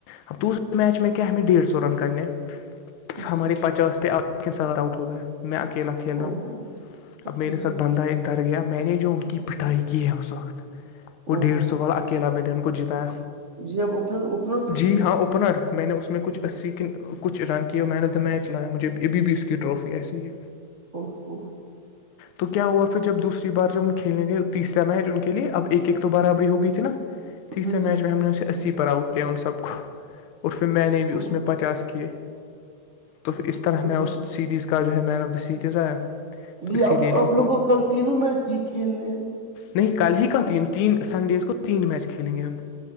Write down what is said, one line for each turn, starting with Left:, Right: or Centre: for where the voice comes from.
Left: اب دوسرا میچ
Right: اچھا
Left: میں کیا ہمیں ڈیڑھ سو رن کرنے
Right: اچھا
Left: ہمارے پچاس پہ آ کے ساتھ آؤٹ ہو گیا میں اکیلا کھیل
Right: اوہ
Left: رہا ہوں
Right: اوہ، اچھا
Left: اب میرے
Right: جی
Left: ساتھ بندھا ایک د گیا میں نے جو ان کی پٹائی کی ہے اس وقت
Right: اوہ
Left: وہ ڈیڑھ سو والا کھیلا میں نے ان کو جتایا
Right: جی آپ اوپنر اوپنر اترتے
Left: جی ہاں
Right: ہیں
Left: اوپنر میں نے اس میں میں کچھ اسی کچھ رن کی مین آف دا میچ لایا مجھے ابھی بھی اس کی ٹرافی ایسی ہے
Right: اوہ او
Left: تو کیا ہوا پھر جب دوسری بار جو ہم کھیلیں گے تیسرا میچ ان کے لیے اب ایک ایک تو برابری ہو گئی تھی نا ٹھیک
Right: ہاں
Left: سر میچ
Right: جی
Left: میں ہم نے انے اسی پ اٹتے ان سب کو اور پھر میں نے بھی
Right: او
Left: اس میں پچاس کیے تو پھر اس اس طرح
Right: تو
Left: ہمیں
Right: بولی
Left: اس سیریز کا جو ہے مین آف دا سیریز آیا تو
Right: جی
Left: اسی
Right: آپ
Left: لیے ان
Right: آپ لوگ کو کل تینوں میچ جی کھیلنے ہیں
Left: نہیں کل ہی کا تین تین سنڈیز کو تین میچ کھیلیں گے ہم